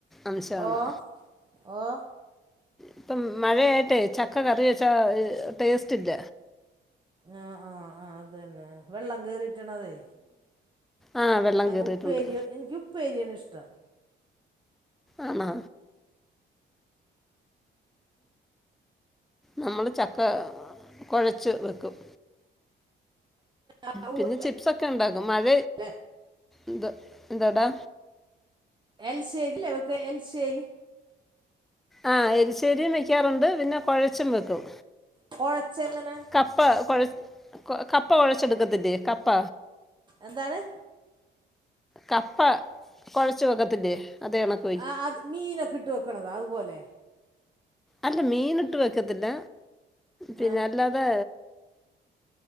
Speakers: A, in the centre; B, on the right.
A: അംശമാണ്
B: ഓ ഓ
A: ഇപ്പം മഴയായിട്ടേ ചക്ക കറി വെച്ചാ ടേസ്റ്റ് ഇല്ല
B: ആഹ് ആഹ് ആഹ് അതന്നെ വെള്ളം കേറിട്ടാണ് അതെ
A: ആ ഹ് വെള്ളം കയറിയിട്ടുണ്ട്.
B: ഉപ്പേരി എനിക്ക് ഉപ്പേരിയാണ് ഇഷ്ടം
A: ആണോ നമ്മൾ ചക്ക കുഴച്ച് വെക്കും
B: ആ,
A: പിന്നെ
B: ഉ-
A: ചിപ്സൊക്കെ ഉണ്ടാക്കും മഴ
B: അല്ല,
A: എന്ത എന്താടാ
B: എൽശേരില്ലവക്ക് എൽശേരി
A: ആഹ് എൽശേരിയും വെക്കാറുണ്ട് പിന്നെ കൊഴച്ചും വെക്കും
B: കൊഴച്ച് എങ്ങനെ
A: കപ്പ കൊഴ കപ്പ കൊഴച്ചെടുക്കത്തില്ലേ കപ്പ
B: എന്താണ്
A: കപ്പ കുഴച്ചുവക്കത്തില്ലേ അതെണ്ക്ക്
B: ആഹ് അത് മീനൊക്കെ ഇട്ട് വെക്കണതോ അതുപോലെ
A: അല്ല മീൻ ഇട്ട് വെക്കത്തില്ല പിന്നെ
B: ആ
A: അല്ലാതെ